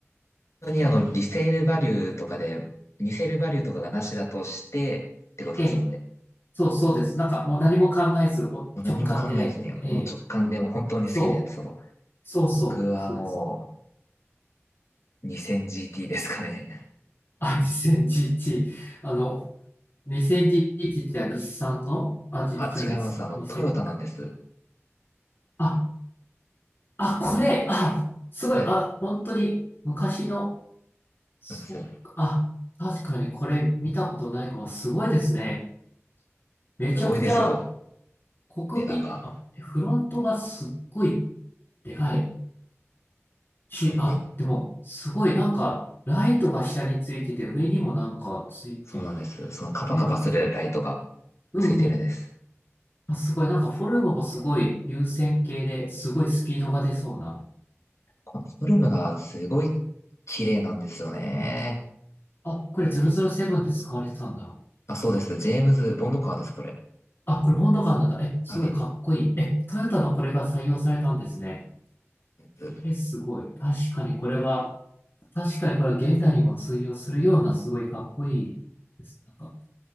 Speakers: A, on the left; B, on the left.
A: 当にあの、リセールバリューとかで、リセールバリューとかがなしだとして、ってことですので、
B: ええ。そう、そうです。なんか、もう何も考えず、お直感で、
A: もう何も考えずに、もう直感でもう本当に好きなやつを。
B: ええそう、そうそう、
A: 僕はも
B: そうです。
A: う 2000GT ですかね。
B: あ、2011。あの、2011って日産の、
A: <laughs>
B: あ、じ、
A: あ、
B: じゃないですか。
A: 違います。あの、
B: にせん
A: トヨタなんです。
B: あ、あ、これ、あ、すごい、
A: はい。
B: あ、本当に昔の、そっか、
A: そうです。
B: あ、確かにこれ見たことないかも、すごいですね。めちゃくちゃ、
A: すごいですよ。
B: コクピット、
A: 値段が。
B: あ、フロントがすっごいでかいし、
A: これめっ
B: あ、でも、すごいなんか、ライトが下についてて、上にもなんかついてる。
A: そうなんです。そのカパカパするライトが
B: え、な、うんうん。
A: ついてるんです。
B: あ、すごい。なんかフォルムもすごい優先形ですごいスピードが出そうな。
A: このフォルムがすごい綺麗なんですよね。
B: あ、これ007で使われてたんだ。
A: あ、そうです。ジェームズ・ボンドカーです、
B: え
A: これ。
B: あ、これボンドガンなんだ。え、すごいかっこいい。
A: はい。
B: え、トヨタのこれが採用されたんですね。
A: です
B: え、すごい。確かにこれは、確かにこれは現代にも通用するようなすごいかっこいいです。なんか、